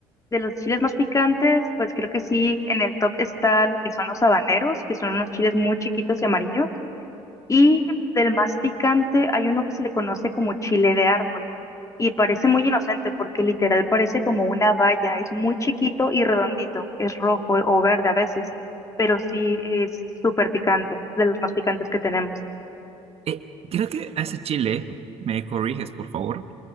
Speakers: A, on the left; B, on the right.
A: De los chiles más picantes, pues creo que sí, en el top está lo que son los habaneros, que son unos chiles muy chiquitos y amarillos. Y del más picante hay uno que se le conoce como chile de árbol. Y parece muy inocente porque literal parece como una valla. Es muy chiquito y redondito. Es rojo o verde a veces. Pero sí es súper picante, de los más picantes que tenemos.
B: Eh, creo que a ese chile, me corriges, por favor,